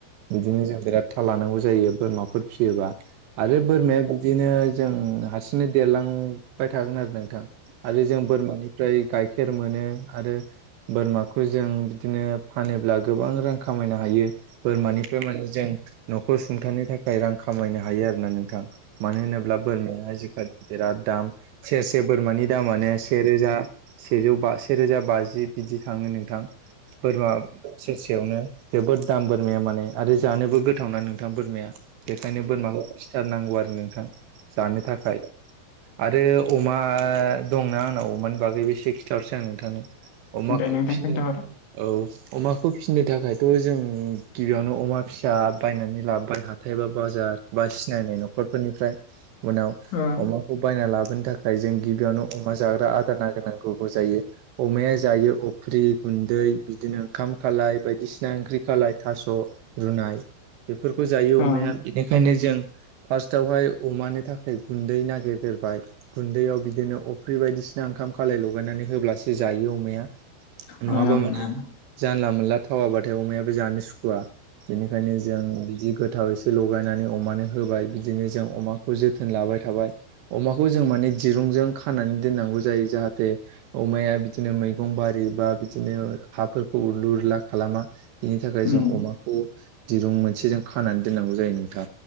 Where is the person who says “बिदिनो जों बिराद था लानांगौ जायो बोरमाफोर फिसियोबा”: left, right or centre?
Right